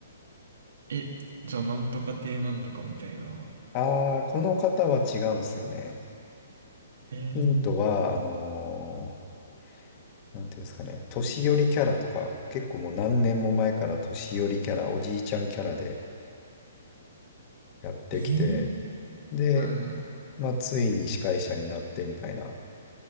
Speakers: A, on the right; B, on the left.
A: え、じゃあ、なんとか亭なんとかみたいな。
B: ああ、この方は違うんですよね。
A: えー、
B: ヒントは、あのーなんていうんですかね、年寄りキャラとか、結構もう何年も前から年寄りキャラ、おじいちゃんキャラでやってきて、
A: えー、
B: で、
A: はい。
B: まあ、ついに司会者になってみたいな、